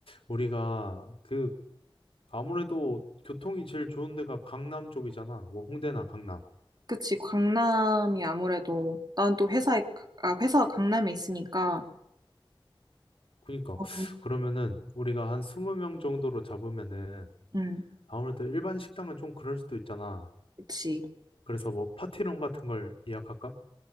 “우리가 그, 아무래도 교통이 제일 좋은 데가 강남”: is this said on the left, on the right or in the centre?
Left